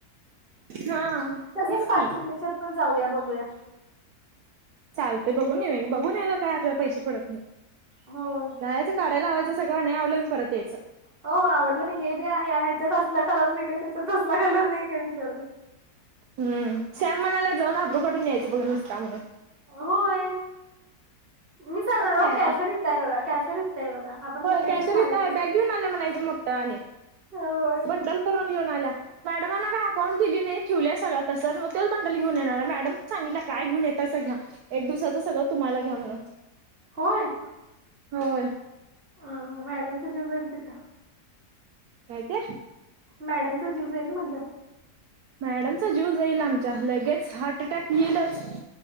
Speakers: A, on the right; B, on the right.
A: हा.
B: तसंच
A: तेच
B: पाटुकल्याच्यात
A: की.
B: पण जाऊया बघूया.
A: चालतेय बघून येऊया बघून यायला काय आपल्या पैशे पडत नाही.
B: होय.
A: जायचं काढाय लावायच सगळं नाही आवडलं म्हणून परत यायचं.
B: हो आवडलं नाही हे ते आहे ह्याच्यात असला कलर नाही काय, त्याच्यात असला कलर नाही काय विचारून
A: हम्म, श्याम म्हणालाय जाऊन अब्रु काढून यायचं बघ नुसता म्हणून.
B: होय मी सांगणार
A: मग काय
B: ओ इथं
A: आता
B: कॅशर हाय बघा, कॅशर इथं हाय बघा आपण
A: होय
B: घेयाच
A: कॅशर
B: आणि पाडायचं.
A: इथं आहे बॅग घेऊन आल्या म्हणायचं मोठ आणि
B: होय
A: बंडल करून घेऊन आल्या. मॅडमांना काय अकाउंट दिली नाही, ठेवल्या सगळ्या तसंच. मग तोच बंडल घेऊन येणार आहे. मॅडमनं सांगितल्या काय घेऊन येतायसा घ्या. एक दिवसाचं सगळं तुम्हाला घ्या म्हणून.
B: होय?
A: होय.
B: हं मॅडमच जीव जाईल तिथं.
A: काय ते?
B: मॅडमचं जीव जाईल म्हणलं.
A: मॅडमचा जीव जाईल आमच्या, लगेच हार्ट अटॅक येईलच.